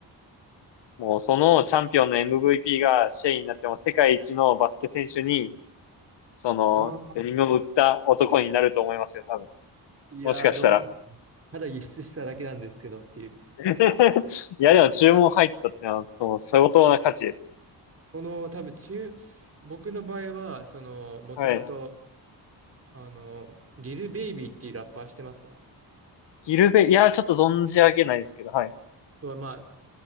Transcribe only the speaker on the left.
もうそのチャンピオンの MVP がシェイになっても世界一のバスケ選手に、その、
デニムを売った男になると思いますよ、多分。
もしかしたら。
<laughs> いや、でも注文入ったってのは、その、相当な価値です。
はい
ギルベ、いや、ちょっと存じ上げないですけど、はい。